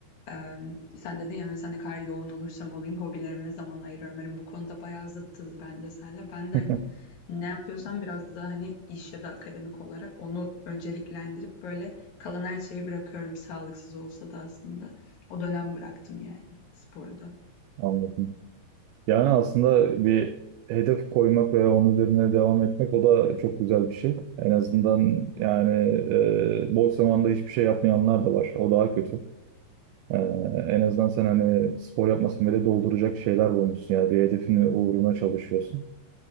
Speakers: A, on the left (about 60°); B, on the right (about 85°).
A: ee, sen dedin ya mesela ne kadar yoğun olursam olayım hobilerime zaman ayırıyorum. Hani bu konuda bayağı zıttız bence senle. Ben de
B: <laughs>
A: hani ne yapıyorsan biraz daha hani iş ya da akademik olarak onu önceliklendirip böyle kalan her şeyi bırakıyorum sağlıksız olsa da aslında. O dönem bıraktım yani sporu da.
B: Anladım. Yani aslında bir hedef koymak ve onun üzerine devam etmek o da çok güzel bir şey. En azından yani e, boş zamanda hiçbir şey yapmayanlar da var. O daha kötü. E, en azından sen hani spor yapmasan bile dolduracak şeyler bulmuşsun. Yani bir hedefin uğruna çalışıyorsun.